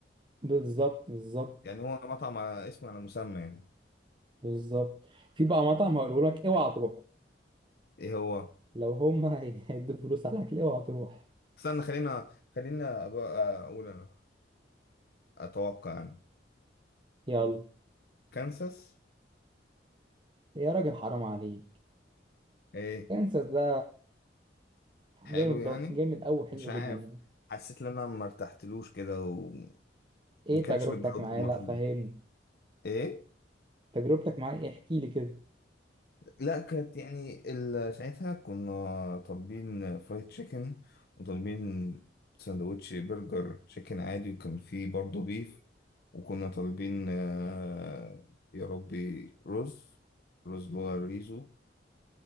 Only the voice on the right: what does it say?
بالظبط بالظبط
بالظبط في بقى مطعم هقوله لك اوعى تروح
لو هم <laughs> هي- هيدوا فلوس على الاكل اوعى تروح
يلا
يا راجل حرام عليك
كانساس ده
جامد
ده- جامد قوي حلو
جدا يعني
ايه
تجربتك
معاه
لا فهمني
تجربتك معاه ايه احكي لي كده